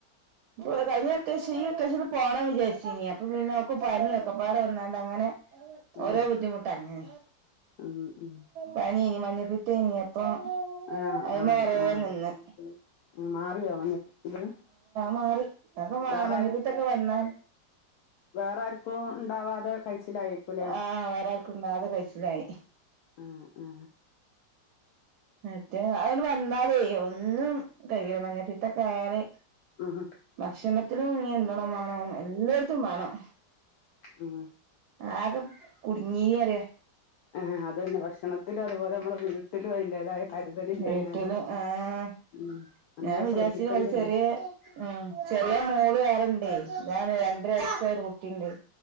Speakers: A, on the right; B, on the left.
A: ഇപ്പൊ കഴിഞ്ഞ വേക്കേക്ഷ, ഈ വേക്കേക്ഷന് പോണം വിചാരിച്ചിനി അപ്പൊ പിന്നെ ഓക്ക് പനിയൊക്കെ പാടെ വന്നാണ്ട് അങ്ങനെ
B: ആഹ്
A: ഓരോ ബുദ്ധി മുട്ട ങ്ങനെ
B: ഉം ഉം
A: പനി മഞ്ഞപ്പിത്തേനി അപ്പം
B: ആഹ്
A: അയ്മേ
B: ആഹ്
A: കുറെ
B: ആഹ്
A: നിന്ന്.
B: മാറിയോ മഞ്ഞ ഇത്
A: മാറി അപ്പ
B: വേറെ
A: മഞ്ഞപ്പിത്തക്കെ വന്നാ
B: വേറെ ആർക്കും ഉണ്ടാവാതെ കഴിച്ചിലായിരിക്കൂലേ
A: ആ വേറെ ആർക്കുണ്ടാവാതെ കയിച്ചിലായി-
B: ആഹ് ആഹ്
A: മറ്റേ അതോട് വന്നാലേ ഒന്നും കൈ മഞ്ഞപ്പീത്തൊക്കെ ആയാല്
B: ആഹ്
A: ഭക്ഷണത്തിനും, നിയന്ത്രണം വാണം എല്ലോട്ത്തും വാണം.
B: ഉം
A: ആക്കെ കുടുങ്ങീനി പറയാ
B: ആഹ് അതന്നെ ഭക്ഷണ ഭക്ഷണത്തിലും അതുപോലെ നമ്മുടെ വീട്ടിലും അതിൻ്റെതായ കരുതലിഞ്ഞാല്.
A: വീട്ടില് ആഹ്
B: ഉം നല്ല
A: ഞാൻ വിചാരിച്ചിന്
B: ശ്രദ്ധിക്കേണ്ട
A: ഓള് ചെറിയ
B: കാര്യ
A: ഉം ചെറിയ മോള് വേറണ്ടയ്, അതാണ്‌ ഞാന് ഒരയസായ ഒരു കുട്ടിണ്ട്.